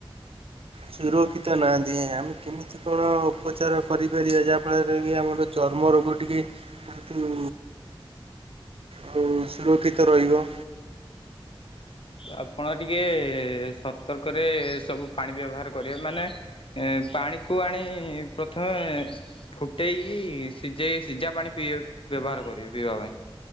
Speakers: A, on the right; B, on the left.
A: ସୁରକ୍ଷିତ ନାହାନ୍ତି ଆମେ କେମିତି କଣ ଉପଚାର କରିପାରିବା ଯାହା ଫଳରେ କି ଆମର ଚର୍ମ ରୋଗ ଟିକେ ବହୁତୁ ଆଉ ସୁରକ୍ଷିତ ରହିବ।
B: ଆପଣ ଟିକେ ସତର୍କରେ ସବୁ ପାଣି ବ୍ୟବହାର କରିବେ ଏ ମାନେ ପାଣି ପାଣିକୁ ଆଣି ପ୍ରଥମେ ଫୁଟେଇକି ସିଜେଇ ସିଜା ପାଣି ପିଇ ବ୍ୟବହା ବାହାର କରିବେ ପିଇବା ପାଇଁ।